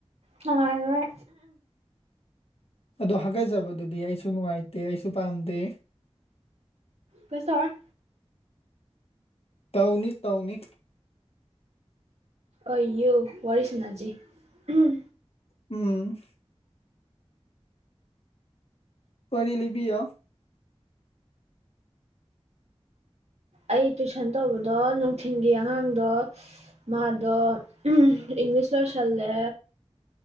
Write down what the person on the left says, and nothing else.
ꯑꯗꯣ ꯍꯥꯀꯠꯆꯕꯗꯨꯗꯤ ꯑꯩꯁꯨ ꯅꯨꯡꯉꯥꯏꯇꯦ ꯑꯩꯁꯨ ꯄꯥꯝꯗꯦ
ꯇꯧꯅꯤ ꯇꯧꯅꯤ
ꯎꯝ ꯋꯥꯔꯤ ꯂꯩꯕꯤꯌꯣ